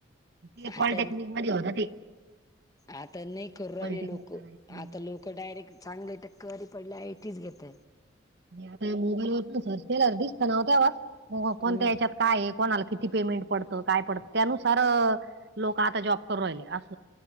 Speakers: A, on the right; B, on the left.
A: ते पॉलिटेक्निक
B: आता
A: मध्ये होत ते
B: आता नाही करू राहिले
A: पॉलिटेक्निक
B: लोक
A: करायचं
B: आता लोक डायरेक्ट चांगले टक्कवारी पडल्यातीच घेत
A: आता मोबाईलवर सर्च केल्यावर दिसत नाव्हतवाज कोण
B: हम्म
A: त्या याच्यात काय कोणाला किती पेमेंट पडतं काय पडतं त्यानुसार लोक आता जॉब करू राहिले अस